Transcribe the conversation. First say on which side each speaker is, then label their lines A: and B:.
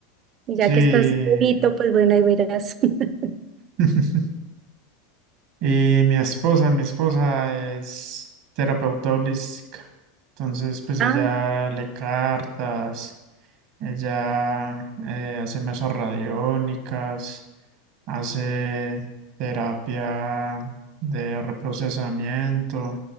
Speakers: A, on the right; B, on the right.
A: Y ya
B: Sí.
A: que estás bonito, pues bueno, ahí verás. <laughs>
B: <laughs> Y mi esposa, mi esposa es terapeuta holística. Entonces, pues
A: Ah,
B: ella lee cartas, ella eh, hace mesas radiónicas, hace terapia de reprocesamiento